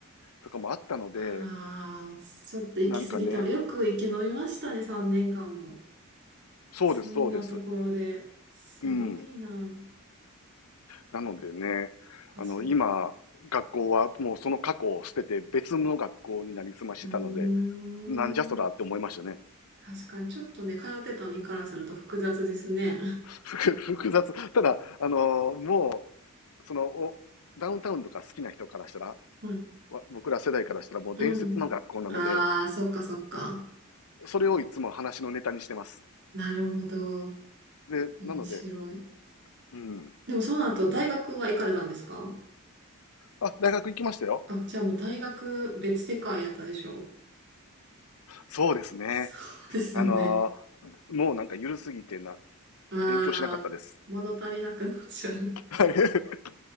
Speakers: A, on the left (about 85°); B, on the right (about 50°).
A: とかもあったので、
B: ああー、ちょっと行き過ぎてま、
A: なんかね、
B: よく生き延びましたね、3年間も。
A: そうです、
B: そんなところで。
A: そうです。
B: すごいな。
A: うん。なのでね、
B: そっか、
A: あの、
B: そっか。
A: 今、学校はもうその過去を捨てて別の学校になりすましてたので、
B: うーん。
A: なんじゃそらって思いましたね。
B: 確かに、ちょっとね、通ってた身からすると複雑ですね。
A: ふ複雑。ただ、あのもう、その、お、ダウンタウンとか好きな人からしたら、
B: <laughs> うん。
A: わ僕ら世代からしたらもう伝説の学校なので、
B: うん。ああ、そっか、そっか。
A: それをいつも話のネタにしてます。
B: なるほど。
A: で、
B: 面白い。
A: なので、うん。
B: でもその後、大学は行かれたんですか
A: あ、大学行きましたよ。
B: あ、じゃあもう大学別世界やったでしょ
A: そうですね。
B: そうですよね。
A: あのーもうなんかゆるすぎてな、
B: ああ、
A: 勉強しなかったです。
B: 物足りなくなっちゃう。そ
A: は